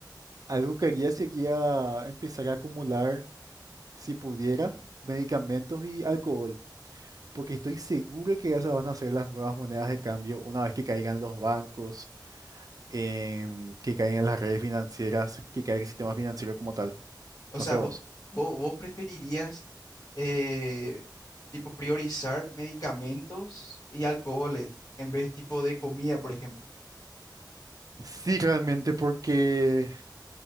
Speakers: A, on the right; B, on the left.
A: algo que haría sería empezar a acumular, si pudiera, medicamentos y alcohol. porque estoy seguro que esas van a ser las nuevas monedas de cambio una vez que caigan los bancos, en- que caigan las redes financieras, que caiga el sistema financiero como tal.
B: O
A: No
B: sea,
A: sé
B: vos,
A: vos.
B: vos, vos preferirías eh, tipo priorizar medicamentos y alcoholes en vez tipo de comida, por ejemplo,
A: Sí, realmente, porque